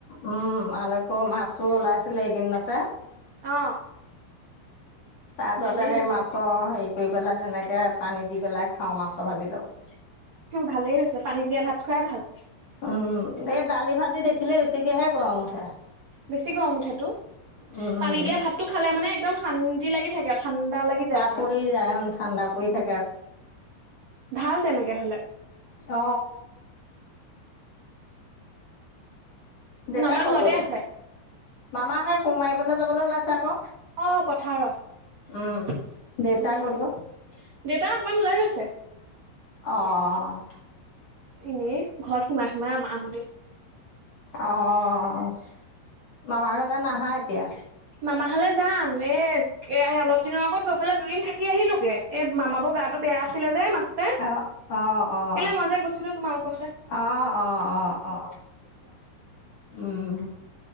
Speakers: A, on the left; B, on the right.
A: উম, মাল আকৌ মাছো ওলাইছিলে এইকেইদিনতে।
B: অ'।
A: তাৰপিছতে
B: ভালেই
A: সেই
B: হৈছে
A: মাছৰ হেৰি কৰি পেলাই তেনেকে পানী দি পেলাই খাওঁ মাছৰ ভাজিৰ লগত।
B: ভালেই হৈছে পানী দিয়া ভাত খোৱাই ভাল।
A: উম, এই দালি ভাজি দেখিলে বেছিকেহে গৰম উঠে।
B: বেছি গৰম উঠেটু,
A: উম
B: পানী দিয়া ভাতটো খালে মানে একদম শান্তি লাগি থাকে। ঠাণ্ডা লাগি যায় পুৰা,
A: পৰি যায় ঠাণ্ডা পৰি
B: উম,
A: থাকে
B: ভাল তেনেকে হলে।
A: অ দেতাই
B: মামা
A: ক'ত
B: ঘৰতে
A: গল?
B: আছে
A: মামাহে কোৰ মাৰিবলৈ যাবলৈ ওলাইছে আকৌ।
B: অ পথাৰত,
A: উম দেউতা
B: উম,
A: ক'ত গ'ল
B: দেউতা অকণমান ওলাই গৈছে। <inaudible>
A: অ'
B: এনেই ঘৰত সোমাই-সোমাই আম-আম
A: অ' মামাৰ ঘৰলে নাহা এতিয়া?
B: মামা হলে যাম এ এয়া অলপ দিনৰ আগত গৈ পেলাই দুদিন থাকি আহিলোগে। এ মামাৰ বৰ গাটো বেয়া আছিলে মাজতে,
A: অ', অ', অ',
B: কেলে মই যে গৈছিলো তোমালোকৰ ফালে।
A: অ, অ, অ, অ, উম।